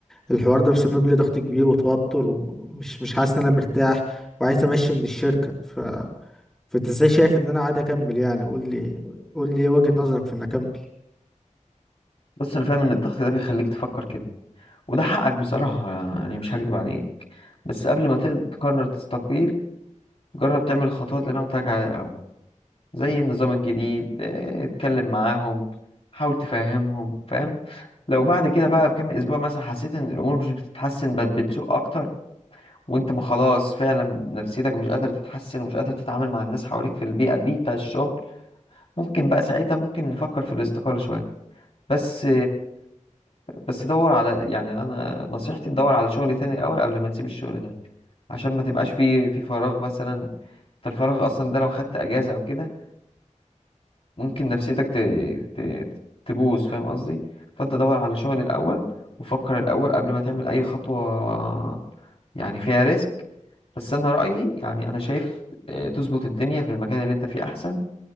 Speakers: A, in the centre; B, on the left.
A: الحوار ده مسبب لي ضغط كبير وتوتر ومش مش حاسس إن أنا مرتاح وعايز أمشي من الشركة ف... فأنت إزاي شايف إن أنا قاعد أكمل يعني قول لي قول لي إيه وجهة نظرك في إن أكمل
B: بص انا فاهم ان الضغط ده بيخليك تفكر كده وده حقك بصراحة يعني مش هكدب عليك بس قبل ما تق- تقرر تستقيل جرب تعمل الخطوات اللي أنا قلت لك عليها الأول زي النظام الجديد اه، اتكلم معاهم حاول تفهمهم فاهم لو بعد كده بقى بكام أسبوع مثلا حسيت إن الأمور مش بتتحسن بل بتسوء أكتر وأنت ما خلاص فعلا نفسيتك مش قادر تتحسن ومش قادر تتعامل مع الناس حواليك في البيئة دي بتاع الشغل ممكن بقى ساعتها ممكن نفكر في الاستقالة شوية بس بس دور على يعني انا نصيحتي تدور على شغل تاني الاول قبل ما تسيب الشغل ده عشان ما تبقاش في في فراغ مثلا انت الفراغ اصلا ده لو خدت اجازه او كده ممكن نفسيتك ت... ت... تبوظ فاهم قصدي فانت دور على شغل الاول وفكر الاول قبل ما تعمل اي خطوه يعني فيها ريسك بس انا رايي يعني انا شايف آه، تظبط الدنيا في المكان اللي انت فيه احسن